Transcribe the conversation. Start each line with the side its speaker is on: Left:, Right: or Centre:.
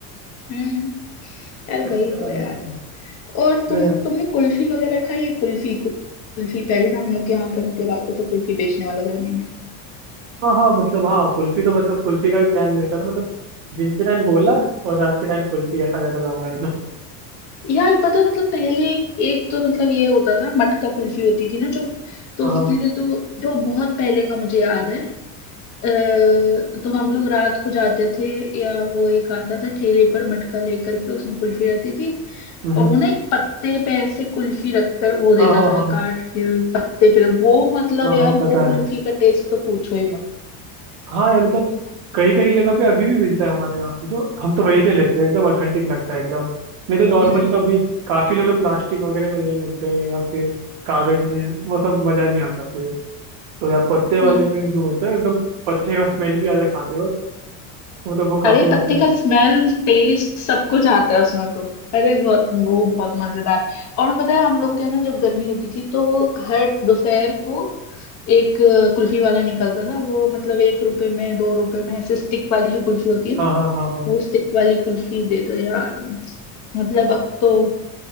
Left: हम्म यार वही
Right: उसमें ज्यादा
Left: तो यार
Right: मजा आती है उसमें-
Left: और तुम तुमने कुल्फी वगैरह खाई है कुल्फी कुल्फी पहले ना हम लोग के यहाँ पर मतलब आता था कुल्फी बेचने वाला गर्मी में
Right: हाँ हाँ मतलब हाँ कुल्फी तो मतलब कुल्फी का भी प्लान रहता था मतलब दिन के टाइम गोला और रात के टाइम कुल्फी ऐसा रहता था हमारा तो
Left: यार पता है, मतलब पहले एक, एक तो मतलब ये होता था मटका कुल्फी होती थी ना जो तो
Right: हाँ
Left: उसके
Right: हाँ
Left: लिए तो जो बहुत पहले का मुझे याद है अ, तो हम लोग रात को जाते थे या वो एक आता था ठेले पर मटका लेकर के उसमें कुल्फी रहती थी
Right: हम्म,
Left: और वो ना एक पत्ते पे ऐसे कुल्फी रखकर वो
Right: हाँ
Left: देता
Right: हाँ
Left: था
Right: हाँ
Left: काट के पत्ते पे वो मतलब
Right: हाँ
Left: यार
Right: हाँ पता
Left: वो कुल्फी
Right: है
Left: का टेस्ट तो पूछो ही मत
Right: हाँ यार मतलब कई कई जगह पे अभी भी मिलता है हमारे यहाँ पे तो हम तो वहीं से लेते हैं एकदम ऑथेंटिक लगता है एकदम नहीं तो नॉर्मल
Left: हम्म
Right: तो अभी काफी लोग तो प्लास्टिक वगैरह में रहने लग गए या फिर कागज में वो सब मजा नहीं आता फिर तो यार पत्ते वाले
Left: हम्म।
Right: में जो होता है एकदम पत्ते का स्मेल भी आता है खाते वक्त तो मतलब वो
Left: अरे
Right: काफी मतलब
Left: पत्ते का स्मेल टेस्ट सब कुछ आता है उसमें तो अरे बहुत वो बहुत मजेदार और पता है हम लोग के ना जब गर्मी होती थी तो हर दोपहर को एक अ, कुल्फी वाला निकलता था वो मतलब एक रुपए में दो रुपए में ऐसे स्टिक वाली जो कुल्फी होती है ना
Right: हाँ हाँ हाँ हाँ
Left: वो स्टिक वाली कुल्फी दे दो यार मतलब अब तो